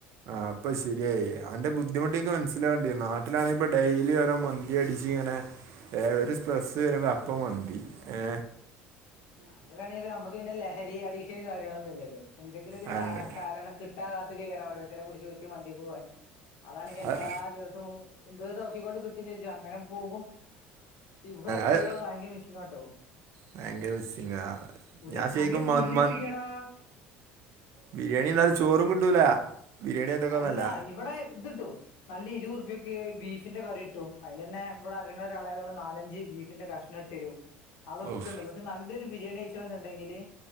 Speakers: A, on the right; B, on the left.
A: ആഹ് പ്പ ശരിയായി അന്റെ ബുദ്ധിമുട്ടെനിക്ക് മനസ്സിലാവണ്ടിനു നാട്ടിലാണെപ്പൊ ഡെയിലി ഓരോ മന്തി അടിച്ച് ഇങ്ങനെ ഏ ഒരു സ്ട്രെസ്സ് വരുമ്പോ അപ്പ മന്തി ഏ
B: നാട്ടിലാണെ നമുക്ക് പിന്നെ ലഹരി അഡിക്ഷന് കാര്യങ്ങളൊന്നും ഇല്ലല്ലോ എന്തെങ്കിലും ഒരു
A: അതെന്നെ
B: സാ കാരണം കി ട്ടാകാത്ത ഇങ്ങനെ ഓരോരുത്തരെ പുടിച്ച കുറ്റി മന്തിക്ക് പോകാന് അതാണെങ്കി എല്ലാ
A: അത്
B: ദിവസവും എന്തോ ദോശ കൊണ്ട് കിട്ടും ചോദിച്ചോ അങ്ങനെ പോകും ഇവിടെ എത്തിയോ
A: അത്
B: ഭയങ്കര മിസിങ്ങാട്ടോ
A: ഭയങ്കര മിസിങ്ങാ
B: ഒരു
A: ഞാൻ ശരിക്കും
B: നല്ല
A: മൻ
B: ബിരിയാണി
A: മൻ
B: ഇല്ലടാ
A: ബിരിയാണിയല്ലാതെ ചോറും കിട്ടൂല ബിരിയാണി അതൊക്കൊന്നല്ല
B: അല്ല ഇവിടെ ഇതിടും നല്ല ഇരുവറുപ്യയ്ക്ക് ബീഫിന്റെ കറി കിട്ടും അയിലന്നെ ഇവിടെ അറിയുന്ന ഒരാളായതുകൊണ്ട് നാലഞ്ച് ബീഫിന്റെ കഷ് ന്നട്ടരും അതൊക്കെണ്ട്
A: ഓഫ്
B: പക്ഷെ നല്ലൊരു ബിരിയാണി കഴിച്ചണന്നൊണ്ടെങ്കില്